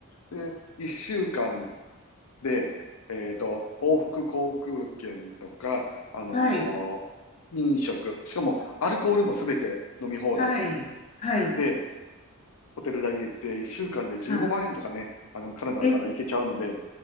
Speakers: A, on the left (about 75°); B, on the left (about 30°).
A: で、1週間で、えっと、往復航空券とか、あのー飲食、
B: はい、
A: しかもアルコールもすべて飲み放題
B: はい、はい。
A: で、ホテル代入れて1週間で15万円とかね、
B: あ、
A: あの、カナダから行けちゃうので、
B: え、